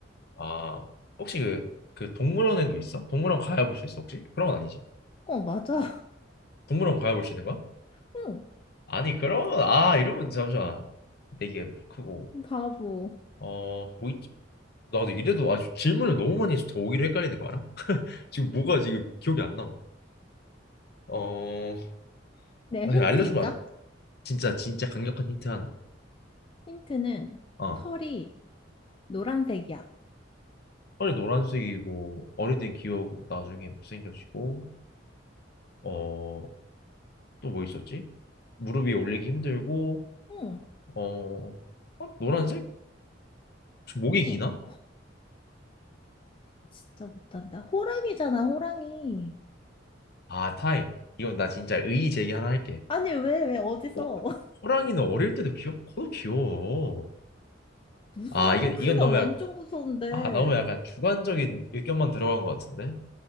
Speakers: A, on the left; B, on the left.
A: 아 혹시 그 그 동물원에도 있어? 동물원 가야 볼 수 있어 혹시? 그런 건 아니지
B: 어, 맞아.
A: 동물원 가야 볼 수 있는 거야?
B: <laughs> 응,
A: 아니 그러면 아 이러면 잠시만 되게 크고
B: 바보.
A: 어 뭐 있지? 나도 이래도 아주 질문을 너무 많이 해서 더 오기로 헷갈리는 거 알아? 지금 뭐가 지금 기억이 안 남아 어
B: 내가
A: 그냥
B: 힌트
A: 알려주면
B: 줄까?
A: 안 돼? 진짜 진짜 강력한 힌트 하나
B: 힌트는
A: 어어
B: 털이 노란색이야.
A: 빨리 노란색이고 어릴 땐 귀여우고 나중에 못생겨지고 어 또 뭐 있었지? 무릎 위에 올리기 힘들고
B: 응,
A: 어, 어? 노란색? 혹시 목이
B: 응,
A: 기나?
B: 진짜 못한다. 호랑이잖아, 호랑이.
A: 아 타임 이건 나 진짜 의의 제기 하나 할게
B: 아니, 왜, 왜, 어디서?
A: 어?
B: <laughs>
A: 호랑이는 어릴 때도 귀엽고 커도 귀여워
B: 무서워.
A: 아 이건
B: 크면
A: 이건 너무
B: 완전
A: 약,
B: 무서운데.
A: 아 너무 약간 주관적인 의견만 들어간 것 같은데